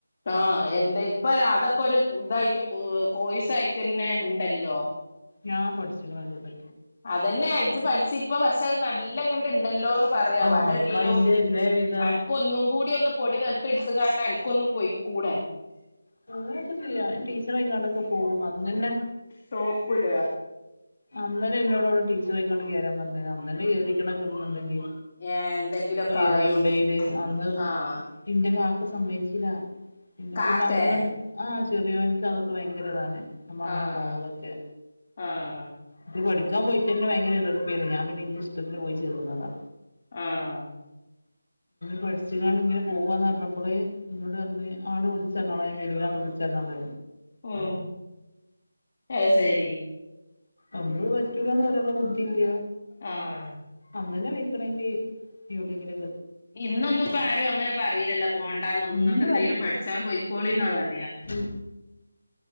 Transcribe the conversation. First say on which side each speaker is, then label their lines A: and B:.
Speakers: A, on the left; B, on the left.
A: ആഹ് എന്താ ഇപ്പൊ അതൊക്കെ ഒരു ഇതായിട്ട് കോഴ്സ് ആയിട്ടന്നെ ഇണ്ടല്ലോ?
B: ഞാൻ പഠിച്ചിക്ക്ണ് അതുകൊണ്ട്
A: അതന്നെ ഇജജ് പഠിച്ച്ഇപ്പം പക്ഷെ അത് നല്ല നല്ലം ങ്ങട്ട് ഇണ്ടല്ലോ ന്ന് പറയ.
B: ആഹ്
A: പല
B: അപ്പൊ
A: ഇതിലും
B: അയിന്റെ എല്ലാവിധ
A: അ ക്കൊന്നും കൂടി ഒന്ന് പൊടി തട്ടി ഇട്ത്ത്ങ്ങാണ്ട് അനക്ക് ഒന്ന് പോയിക്കൂടെ?
B: പൂവുക്കെ ചെയ്യാം. ടീച്ചറായ്ങ്ങാണ്ട് ഒക്കെ പോവാ അന്നന്നെ
A: സോപ്പ് ഇട.
B: അന്നേന്നെ ഇന്നോട് വിടെ ടീച്ചറയികണ്ട് കേറാൻ പറഞ്ഞത് അന്നന്നെ കേറിക്കണക്ക്ന്ന്ണ്ടെങ്കിൽ
A: ഏഹ് എന്തെങ്കിലുമൊക്കെ
B: എ എ
A: ആയീന്ന്
B: എവിടെയില് അന്ന്
A: ആഹ്
B: എന്റെ വാപ്പ സമ്മയ്ച്ചില്ല എന്നെ
A: കാക്കേ
B: കൊണ്ട് അങ്ങട്ട് ആഹ് ചെറിയോൻക്ക് അതൊക്കെ ഭയങ്കര ഇതാണ്. നമ്മ അങ്ങനെ
A: ആഹ്
B: പോണതൊക്കെ
A: ആഹ്
B: ഇത് പഠിക്കാൻ പോയിട്ടന്നെ ഭയങ്കര എതിർപ്പായ്നി ഞാൻ പിന്നെ ഇന്റെ ഇഷ്ടത്തിന് പോയി ചേർന്നതാ.
A: ആഹ്
B: പഠിച്ച്കാണ്ട് ഇങ്ങനെ പോവാന്ന് പറഞ്ഞപ്പോളേ ഇന്നോട് പറഞ്ഞ് ആണ്ട് വിളി ചർഞ്ഞാള ഞാൻ വരൂലാന്ന് വിളിചറിഞ്ഞാളെ
A: ഉം അത്ശരി.
B: അന്ന് അത് പറ്റൂല്ലാന്ന്പറയാൻ ബുദ്ധി ഇല്ല.
A: ആഹ്
B: അമ്മനെ വീഴ്ത്തണെങ്കി എവ്ടെങ്കിലും
A: ഇന്നൊന്നു ഇപ്പാരും അങ്ങനെ പറയയിലല്ലോ പോണ്ടാന്നോന്നും
B: ഒന്നും
A: ഇന്നൊക്കെന്തേങ്കിലും പഠിച്ചാ പോയ്ക്കോളിന്നാ പറ്യാ
B: ഉം